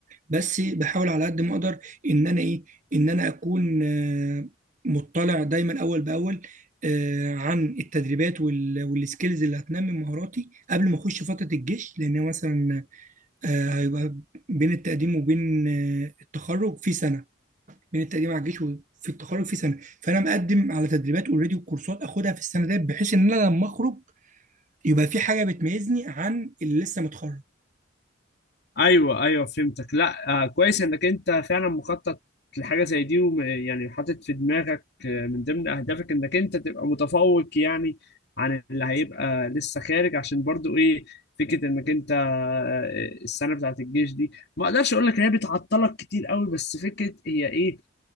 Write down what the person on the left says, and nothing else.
ايوه ايوه فهمتك لا آه كويس انك انت فعلا مخطط لحاجه زي دي ويعني حاطط في دماغك آه، من ضمن اهدافك انك انت تبقى متفوق يعني عن اللي هيبقى لسه خارج عشان برضو ايه فكره انك انت آه، السنه بتاعت الجيش دي ما اقدرش اقول لك ان هي بتعطلك كتير قوي بس فكره هي ايه